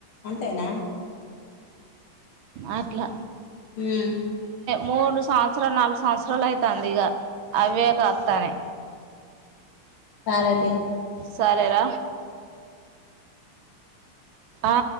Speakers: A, on the left; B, on the right.
A: అంతేనా
B: అట్ల
A: హ్మ్
B: మూడు సంవత్సరాలు నాలుగు సంవత్సరాలు అయితాంది ఇక అవే కత్తానై
A: సారీ అత్తయ్య
B: సరేరా ఆ